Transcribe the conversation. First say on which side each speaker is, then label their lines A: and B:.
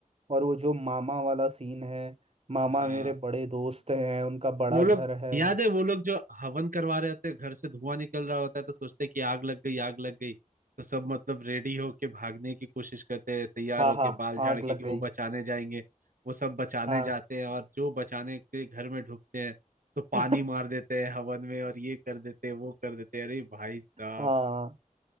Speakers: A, on the right; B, on the right.
A: और वो जो मामा वाला सीन है मामा
B: हाँ
A: मेरे बड़े दोस्त हैं उनका बड़ा
B: वो लोग
A: घर है
B: याद है वो लोग जो हवन करवा रहे होते हैं, घर से धुआं निकल रहा होता है तो सोचते हैं कि आग लग गई आग लग गई तो सब मतलब रेडी होके भागने की कोशिश करते हैं तैयार
A: हाँ
B: होके
A: हाँ
B: बाल झाड़
A: आग
B: के
A: लग
B: कि
A: गई
B: वो बचाने जाएंगे वो सब बचाने
A: हाँ
B: जाते हैं और जो बचाने के घर में ढुकते हैं तो पानी
A: <laughs>
B: मार देते हैं हवन में और ये कर देते हैं वो कर देते हैं अरे भाई साहब
A: हाँ